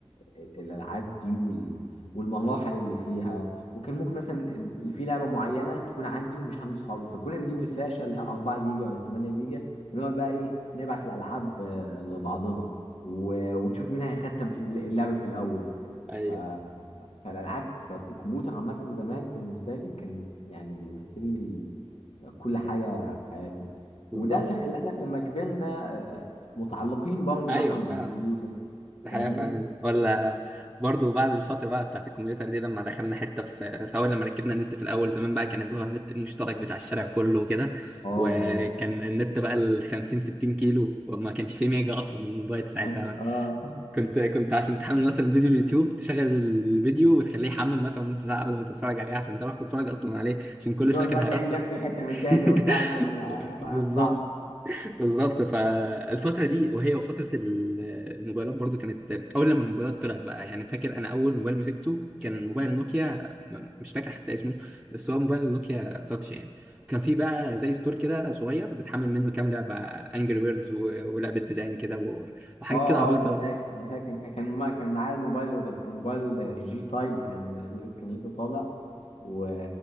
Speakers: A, on the left; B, in the centre.
A: ال- الالعاب دي وال- والمراحل اللي فيها وكان ممكن مثلا ال- في لعبه معينه تكون عندي ومش عند صحابي فكنا نجيب الفلاشه اللي هي 4 جيجا ولا 8 جيجا ونقعد بقى ايه نبعت الالعاب آه، لبعضنا و- ونشوف مين هيختم في اللعبه في الاول
B: ايوه
A: ف- فالالعاب فالكمبيوتر عامه زمان بالنسبه لي كان يعني بيمثل لي كل حاجة في حياتي
B: بالظبط
A: وده اللي خلانا لما كبرنا آه، آه، متعلقين برضه
B: ايوه
A: مثلا
B: فعلا
A: بالكمبيوتر
B: ده
A: فاهمني؟
B: حقيقه فعلا ولا برضو بعد الفتره بقى بتاعت الكمبيوتر دي لما دخلنا حته في في اول لما ركبنا النت في الاول زمان بقى كان اللي هو النت المشترك بتاع الشارع كله وكده
A: اه
B: وكان النت بقى ال 50 60 كيلو وما كانش فيه ميجا اصلا موبايل ساعتها
A: اه اه
B: كنت كنت عشان تحمل مثلا فيديو اليوتيوب تشغل الفيديو وتخليه يحمل مثلا نص ساعه قبل ما تتفرج عليه عشان تعرف تتفرج اصلا عليه عشان كل
A: بتقعد
B: شويه كان
A: بقى
B: هيقطع
A: تعيد نفس الحتة من تاني
B: <laughs>
A: وبتاع عشان ما ما
B: بالظبط
A: اقطعش
B: بالظبط فالفترة دي وهي وفترة ال- الموبايلات برضو كانت أول لما الموبايلات طلعت بقى يعني فاكر أنا أول موبايل مسكته كان موبايل نوكيا م- مش فاكر حتى اسمه بس هو موبايل نوكيا تاتش يعني كان فيه بقى زي ستور كده صغير بتحمل منه كام لعبة أنجري بيردز ولعبة ديدان كده و- وحاجات
A: اه
B: كده عبيطة
A: اه انا فاكر انا فاكر كان ما كان معايا الموبايل هو بس كان موبايل جي تايد كان كان لسه طالع و...